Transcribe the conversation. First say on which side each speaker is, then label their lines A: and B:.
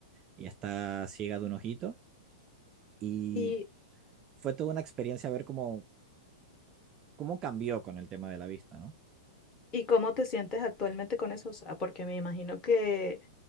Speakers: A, on the right; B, on the left.
A: Y está ciega de un ojito y
B: ¿Y,
A: fue toda una experiencia ver cómo, cómo cambió con el tema de la vista, ¿no?
B: y cómo te sientes actualmente con eso? O sea, porque me imagino que